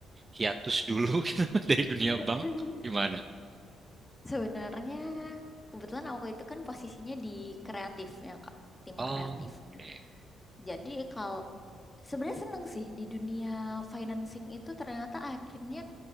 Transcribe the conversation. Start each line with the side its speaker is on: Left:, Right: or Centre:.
Right: hiatus dulu <laughs> gitu dari dunia
Left: <laughs>
Right: bank? Gimana?
Left: Sebenarnya kebetulan aku itu kan posisinya di kreatifnya Kak, tim
Right: Oh,
Left: kreatifnya.
Right: oke.
Left: Jadi kalau sebenarnya seneng sih di dunia financing itu ternyata akhirnya